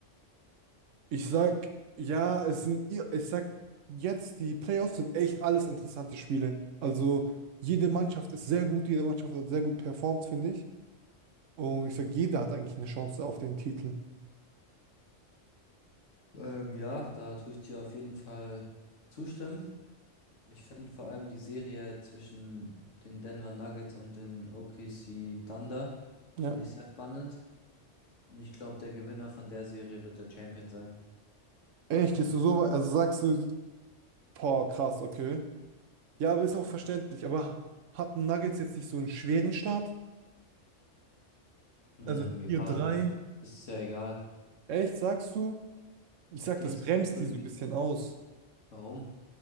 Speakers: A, on the right; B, on the left.
A: ich sag, ja, es sind, ich sag jetzt, die Playoffs sind echt alles interessante Spiele. Also jede Mannschaft ist sehr gut, jede Mannschaft hat sehr gut performt, finde ich. Und ich sag, jeder hat eigentlich eine Chance auf den Titel.
B: Ähm, ja, da tue ich dir auf jeden Fall zustimmen. Ich finde vor allem die Serie zwischen den Denver Nuggets und den OKC Thunder finde
A: Ja.
B: ich sehr spannend. Und ich glaube, der Gewinner von der Serie wird der Champion sein.
A: Echt, gehst du so weit? Also sagst du, boah, krass, okay. Ja, aber ist auch verständlich. Aber hatten Nuggets jetzt nicht so einen schweren Start?
B: Ähm,
A: Also
B: ja,
A: vier
B: aber
A: drei.
B: das ist ja egal.
A: Echt, sagst du? Ich sag,
B: Denkst
A: das bremst
B: du, das tut
A: die so
B: die?
A: ein bisschen aus.
B: Warum?